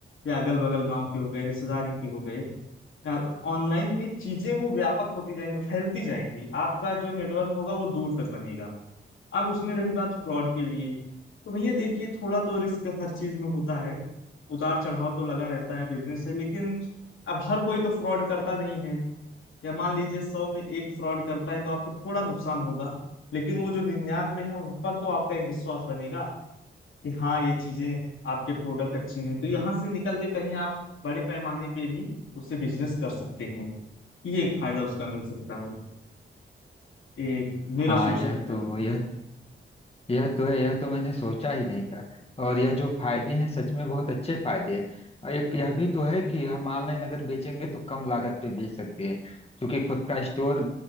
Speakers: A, on the left; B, on the left.
A: या अगल बगल गांव के हो गए रिश्तेदारी के हो गए यार ऑनलाइन में चीजें वो व्यापक होती जाएंगी फैलती जाएंगी आपका जो नेटवर्क होगा वो दूर तक बनेगा अब उसमें रही बात फ्रॉड के लिए तो भैया देखिए थोड़ा तो रिस्क हर चीज में होता है उतार चढ़ाव तो लगा रहता है बिजनेस है लेकिन अब हर कोई तो फ्रॉड करता नहीं है या मान लीजिए सौ में एक फ्रॉड करता है तो आपको थोड़ा नुकसान होगा लेकिन वो जो निन्यानवे है उन पर तो आपका एक विश्वास बनेगा कि हाँ ये चीजें आपके प्रोडक्ट अच्छे हैं तो यहाँ से निकल के कहीं आप बड़े पैमाने पे भी उससे बिजनेस कर सकते हैं ये एक फायदा उसका मिल सकता है ये मेरा
B: हाँ
A: सोचना
B: यह
A: है
B: तो यह यह तो है यह तो मैंने सोचा ही नहीं था और यह जो फायदे हैं सच में बहुत अच्छे फायदे हैं और एक यह भी तो है कि हम ऑनलाइन अगर बेचेंगे तो कम लागत पे बेच सकते हैं क्योंकि खुद का स्टोर